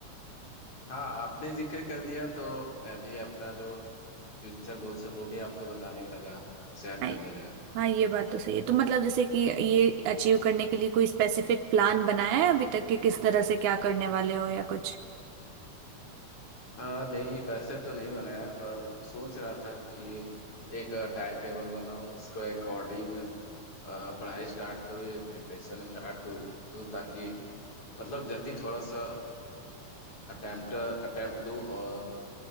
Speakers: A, on the left; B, on the right.
A: हाँ आपने जिक्र कर दिया तो मैं भी अपना जो फ्यूचर गोल्स है वो भी आपको बताने लगा शेयर
B: हाँ
A: करने लगा
B: हाँ ये बात तो सही है तो मतलब जैसे कि ये अचीव करने के लिए कोई स्पेसिफिक प्लान बनाया है अभी तक कि किस तरह से क्या करने वाले हो या कुछ
A: हाँ नहीं वैसे तो नहीं बनाया पर सोच रहा था कि एक टाइम टेबल बनाऊं उसको अकॉर्डिंग पढ़ाई स्टार्ट करूँ या प्रिपरेशन स्टार्ट करूँ ताकि मतलब जल्दी थोड़ा सा अटेम्प्ट अटेम्प्ट दो और